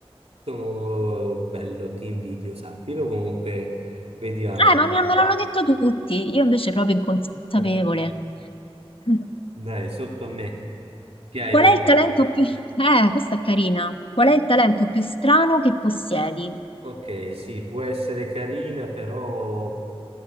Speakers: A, on the right (about 85°); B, on the left (about 60°).
A: sono bello, ti invidio, sappilo. Comunque, vediamo.
B: Eh, ma me me l'hanno detto tutti, io invece proprio inconsapevole.
A: <laughs>
B: <laughs>
A: Dai, sotto a me. Che hai
B: Qual
A: per
B: è il
A: me?
B: talento più... Eh, questa è carina. Qual è il talento più strano che possiedi?
A: Ok, sì, può essere carina, però